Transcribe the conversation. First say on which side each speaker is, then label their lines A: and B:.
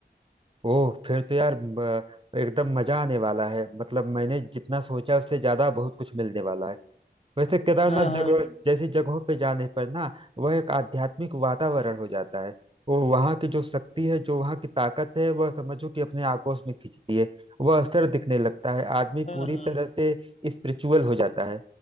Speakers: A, on the right; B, on the left.
A: ओह फिर तो यार म, एकदम मजा आने वाला है मतलब मैंने जितना सोचा उससे ज्यादा बहुत कुछ मिलने वाला है वैसे केदारनाथ
B: हाँ
A: जगह
B: हाँ
A: जैसी जगहों पे जाने पर ना वह एक आध्यात्मिक वातावरण हो जाता है वो वहाँ की जो शक्ति है जो वहाँ की ताकत है वह समझो कि अपने आगोश में खींचती है वह असर दिखने लगता है आदमी
B: हाँ
A: पूरी
B: हाँ
A: तरह से स्पिरिचुअल हो जाता है